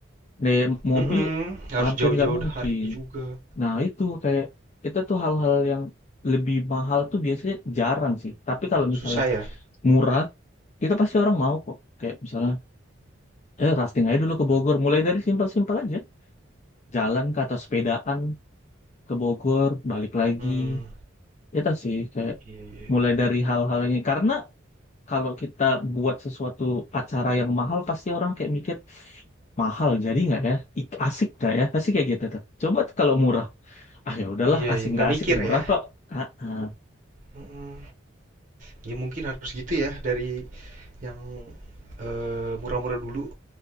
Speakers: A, on the left; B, on the right.
A: Naik mobil
B: mhm, harus
A: hampir
B: jauh-jauh
A: nggak mungkin.
B: hari juga,
A: Nah itu kayak itu tuh hal-hal yang lebih mahal tuh biasanya jarang sih. Tapi kalau
B: susah
A: misalnya
B: ya?
A: murah Itu pasti orang mau kok. Kayak misalnya, eh rafting aja dulu ke Bogor. Mulai dari simpel-simpel aja. Jalan ke atas sepedaan ke Bogor, balik lagi.
B: Mmm,
A: Itu sih kayak
B: iya iya
A: mulai
B: iya
A: dari hal-hal ini. Karena kalau kita buat sesuatu acara yang mahal, pasti orang kayak mikir, mahal jadi nggak ya? Ik- Asik nggak ya? Pasti kayak gitu tuh. Coba kalau murah. Ah ya udahlah,
B: iya
A: asik
B: iya, nggak
A: nggak asik,
B: mikir
A: murah
B: ya?
A: kok. Ah, ah.
B: Mhm. Ya mungkin harus gitu ya dari yang, eee, murah-murah dulu